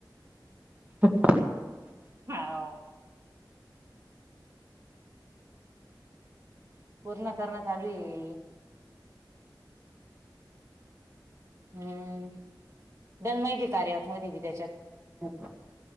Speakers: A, on the right; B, on the right.
A: अ <unintelligible>
B: हा. पूर्ण करणं चालू आहे. हम्म, बल माहिती कार्या ॲप मध्ये बी त्याच्यात.
A: अच्छा.